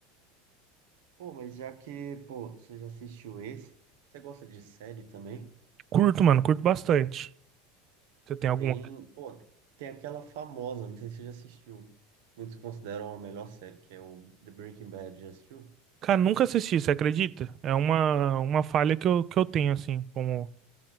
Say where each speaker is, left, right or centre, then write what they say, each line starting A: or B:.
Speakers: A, on the right; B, on the right.
A: Pô, mas já que, pô, você já assistiu esse, você gosta de série também?
B: Curto, mano, curto bastante. Você tem algum
A: Tem, pô, tem aquela famosa, não sei se você já assistiu. Muitos consideram a melhor série, que é o The Breaking Bad. Já assistiu?
B: Cara, nunca assisti, você acredita? É uma, uma falha que eu, que eu tenho, assim, como